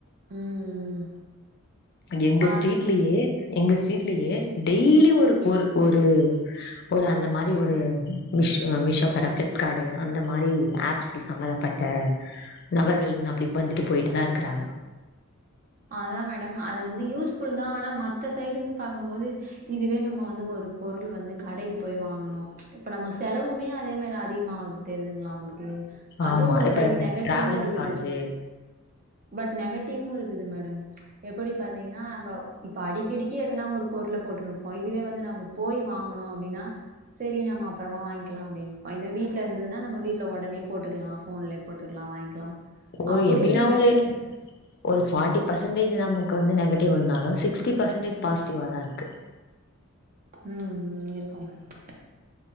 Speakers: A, on the right; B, on the left.
A: ம்
B: எங்க
A: ஆ
B: ஸ்ட்ரீட்லியே எங்க ஸ்ட்ரீட்லியே டெய்லி ஒரு ஒரு ஒரு ஒரு அந்த மாரி ஒரு மிஷோ மிஷோகார ஃபிளிப்காடு அந்த மாரி ஆப்ஸ் சம்மதப ட்ட நபர்கள்ன் அப்டி வந்துட்டு போய்ட்டு தா இருக்குறாங்க
A: அதா மேடம் அது வந்து யூஸ்ஃபுல் தா ஆனா மத்த சைடு இருந்து பாக்கமோது இதுவே நம்ம வந்து ஒரு பொருள் வந்து கடைக்கு போய் வாங்கணு இப்ப நம்ம செலவுமே அதே மாரி அதிகுமாகுது தெர்துங்ளா உங்குளுக்கு அதுவ்
B: ஆமா.
A: ஒரு
B: இப்ப
A: சைடு
B: நம்ம
A: நெகடிவ்வு
B: டிராவலிங்
A: இருக்குது
B: சார்ஜு
A: பட் நெகட்டிவு இருக்குது மேடம் எப்படி பாத்தீங்ன்னா நம்போ இப்ப அடிக்கடிக்கி எதனா ஒரு பொருள போட்ருப்போ இதுவே வந்து நம்மோ போய் வாங்குணு அப்டினா சேரி நம்ம அப்புறமா வாய்ங்கிலா அப்டின்னு பய்ந்து வீட்ல இருந்துதுனா நம்ம வீட்ல ஒடனே போட்டுக்லா ஃபோன்லே போட்டுக்லா வாய்ங் லா
B: ஒரு
A: அப்புடியு
B: எப்டின்னா
A: நெகட்டிவ்
B: ஒரு
A: இருக்கு
B: ஒரு ஃபாட்டி பெர்சன்டேஜு நமக் வந்து நெகட்டிவ் இருந்தாலு சிக்ஸ்ட்டி பெர்சன்டேஜ் பாஸ்டிவாதா இருக்கு
A: ம் இருக்கு மேடம்